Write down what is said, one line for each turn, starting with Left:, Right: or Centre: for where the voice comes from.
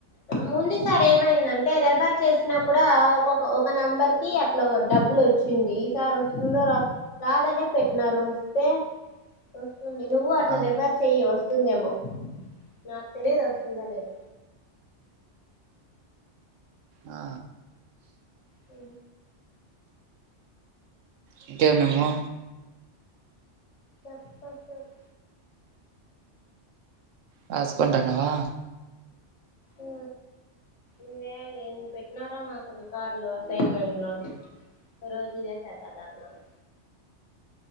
Left: ముందు సారి ఏమైందంటే రెఫర్ చేసినా కూడా ఒకొక్క ఒక నెంబర్ కి అట్లా డబ్బులొచ్చింది ఈ సారి వొస్తుందొ రాద్ రాదనే పెట్నారు వస్తే వస్తుంది నువ్వు అట్లా
Right: ఆ
Left: రెఫర్ చెయ్యి వస్తుందేమో నాక్ తెలిదు అవ్ వొత్తుందో లేదొ
Right: ఆ
Left: ఆ
Right: ఇంకేం ఇమ్ము
Left: చొప్ప చొప్
Right: రాసుకుంటన్నవా
Left: ఆ ఇవే ఎన్ని పెట్నారో మాకు రికార్డులు అసైన్మెంట్లు రోజు ఇదే సరిపోతాంది నాకి